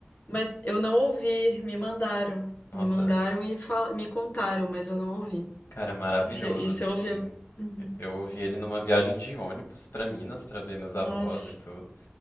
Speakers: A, on the left; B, on the left.
A: Mas eu não ouvi. Me mandaram.
B: Nossa,
A: Me mandaram e fal... me contaram, mas eu não ouvi.
B: cara, é maravilhoso
A: Você che- E
B: assim.
A: você ouviu? Uhum.
B: Eu ouvi ele numa viagem de ônibus pra Minas pra ver meus avós
A: Nossa.
B: e tudo.